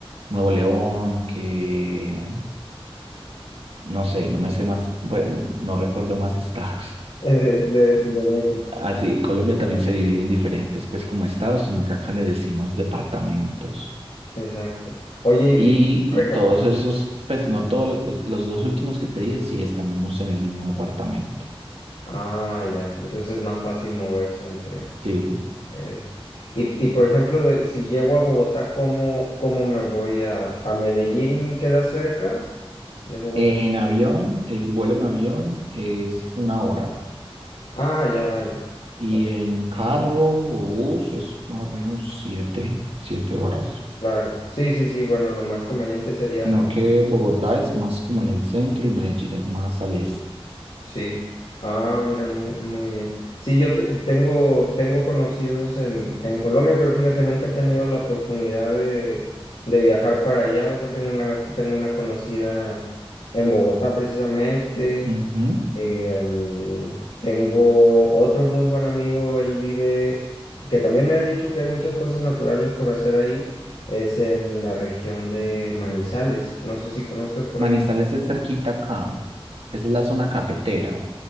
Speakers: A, on the right; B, on the left.
A: Nuevo León, que no sé, no me sé más, bueno, no recuerdo más estados.
B: <laughs> de, de de México.
A: Así, Colombia también se divide en diferentes, pues como estados, sino que acá le decimos departamentos.
B: Exacto. Oye,
A: Y,
B: y por
A: y
B: ejemplo,
A: todos esos, pues no todos, lo- los dos últimos que te dije, sí estamos en el mismo departamento.
B: ah, ya, entonces es más fácil moverse entre
A: Sí.
B: eso. Y, y por ejemplo, de, si llego a Bogotá, ¿cómo, cómo me voy a, a Medellín? ¿Queda cerca de Bogotá?
A: En avión, el vuelo en avión es una hora.
B: Ah, ya, vale.
A: Y
B: Oh,
A: en carro o bus es más o menos siete, siete horas.
B: Claro. Sí, sí, sí, bueno, lo más conveniente sería
A: Sino que Bogotá es más como en el centro y Medellín es más al este.
B: Sí. Ah, mira, muy, muy bien. Sí, yo te- tengo, tengo conocidos en, en Colombia, pero fíjate, nunca he tenido la oportunidad de, de viajar para allá. O sea, tengo una, tengo una conocida en Bogotá precisamente.
A: Ujú.
B: Em, tengo otro muy buen amigo, él vive, que también me ha dicho que hay muchas cosas naturales por hacer ahí. Es en la región de Manizales. No sé si conozcas por
A: Manizales
B: allá.
A: es cerquita acá. Esa es la zona cafetera.